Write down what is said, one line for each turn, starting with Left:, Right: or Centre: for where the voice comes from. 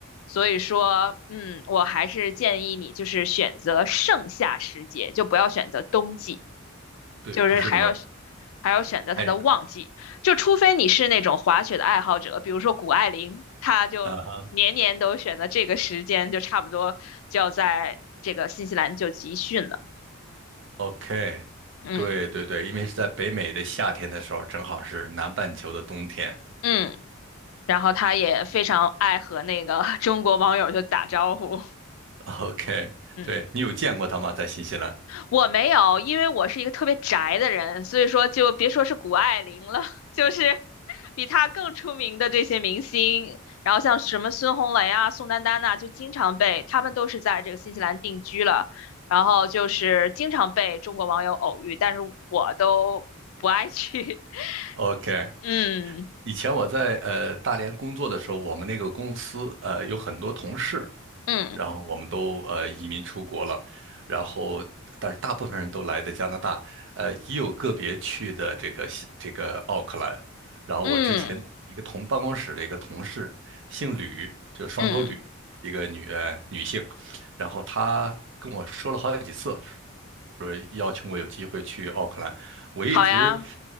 Left: 所以说，嗯，我还是建议你就是选择盛夏时节，就不要选择冬季。
Right: 对，
Left: 就是还要
Right: 不是那么，
Left: 还要选择它的旺季，
Right: 太……
Left: 就除非你是那种滑雪的爱好者，比如说谷爱凌，她就年年都选择这个时间，
Right: 啊哈
Left: 就差不多就要在这个新西兰就集训了。
Right: ，OK，
Left: 嗯
Right: 对对对，因为是在北美的夏天的时候，正好是南半球的冬天。
Left: 嗯，然后她也非常爱和那个 <laughs> 中国网友就打招呼，
Right: <laughs> OK，
Left: 嗯。
Right: 对，你有见过他吗？在新西兰
Left: 我没有，因为我是一个特别宅的人，所以说就别说是谷爱凌了，<laughs> 就是比她更出名的这些明星，然后像什么孙红雷啊、宋丹丹呐、就经常被他们都是在这个新西兰定居了，然后就是经常被中国网友偶遇，但是我都不爱去。
Right: ？OK，
Left: <laughs> 嗯
Right: 以前我在呃大连工作的时候，我们那个公司呃有很多同事。
Left: 嗯
Right: 然后我们都呃移民出国了，然后但是大部分人都来的加拿大，呃，也有个别去的这个西这个奥克兰。然后我之前一个同办公室的一个同事，
Left: 嗯
Right: 姓吕，就双口吕，
Left: 嗯，
Right: 一个女呃女性，然后她跟我说了好几次，说邀请我有机会去奥克兰，我一直
Left: 好呀，